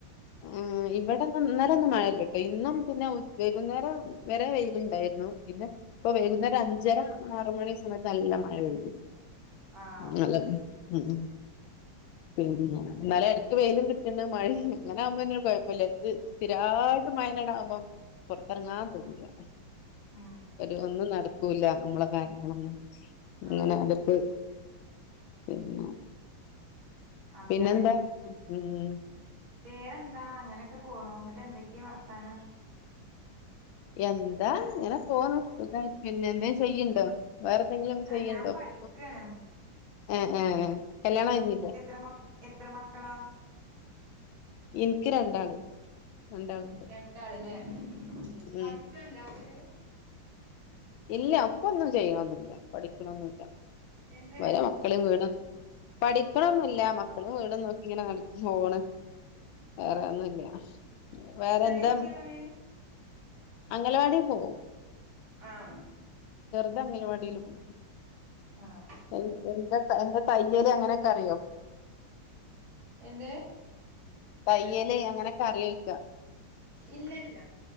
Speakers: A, on the left; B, on the right.
A: ആ ഇവടെ ഇന്നലെ ഒന്നും മഴല്ല ട്ടോ ഇന്നും പിന്നെ വൈകുന്നേരം വരെ വെയില്ണ്ടായി പിന്നെ ഇപ്പൊ വൈകുന്നേരം അഞ്ചര ആറ് മണി സമയത്ത് നല്ല മഴ പെയ്തു.
B: ആഹ്
A: <unintelligible> മ്മ് പിന്നെ എന്നാല് ഇടക്ക് വെയിലും കിട്ടണ് മഴമ്മ് അങ്ങനെ ആകുമ്പോന്നും കുഴപ്പമില്ല എന്ത് സ്ഥിരമായിട്ട് മഴന്നെ ആകുമ്പോം പൊർത്തെർങ്ങാ തോന്നൂല.
B: ഉം
A: ഒരു ഒന്നും നട്ക്കൂല്ല നമ്മളെ <unintelligible> ഇങ്ങനെ
B: ആഹ്
A: അതൊക്ക് പിന്നെ
B: അങ്ങനെ
A: പിന്നെ എന്താ ഹ്മ്മ്
B: വേറെന്താ അങ്ങനൊക്കെ പോണു ന്നിട്ട് എന്തൊക്കെയാ വർത്താനം?
A: എന്താ ഇങ്ങനെ പോണു സുഖായി പിന്നെ എന്തേ ചെയ്യുണ്ടോ വേറെ എന്തെങ്കിലും ചെയ്യുണ്ടോ
B: ആഹ് ഞാൻ പഠിക്കാണ്
A: ഇപ്പം എ ഏ കല്യാണം കഴിഞ്ഞില്ലേ
B: നനക്ക് എത്ര മ എത്ര മക്കളാ.
A: ഇൻക്ക് രണ്ടാള്. രണ്ടാളുണ്ട്
B: രണ്ടാള്ല്ലേ.
A: ഉം ഉം
B: പഠിക്കല്ലേ അവര്?
A: ഇല്ല അപ്പൊന്നും ചെയ്യണൊന്നില്ല പഠിക്കണൊന്നില്ല.
B: എന്ത്
A: വരെ മക്കളും വീട പഠിക്കണന്നൂല്ല്യ മ എപ്പളും വീട് നോക്കി ഇങ്ങനെ നട പോണ് വേറെന്നുല്ല്യാ വേറെ
B: ചെറിയ
A: എന്താ
B: കുട്ടികളാണ്
A: അംഗലവാടിൽ പോകും
B: ആഹ്
A: ചെറുത് അംഗനവാടിൽ പോകും
B: ആഹ്
A: എ എന്താ തയ്യല് അങ്ങനെ ക്കറിയോ
B: എന്റെ
A: തയ്യലേ അങ്ങനൊക്കെ അറിയോക്ക
B: ഇല്ലല്ല